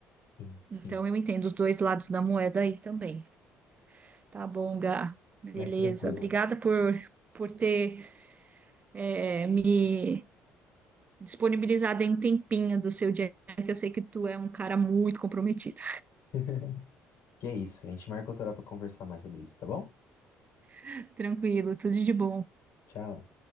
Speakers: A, on the left; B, on the right.
A: Sim,
B: Então
A: sim.
B: eu entendo os dois lados da moeda aí também. Tá bom, Gá. Beleza.
A: Mas tranquilo.
B: Obrigada por, por ter é, me disponibilizada em tempinho do seu dia, que eu sei que tu é um cara muito comprometido.
A: <laughs> Que é isso, a gente marca outra hora para conversar mais sobre isso, tá bom?
B: <laughs> Tranquilo, tudo de bom.
A: Tchau.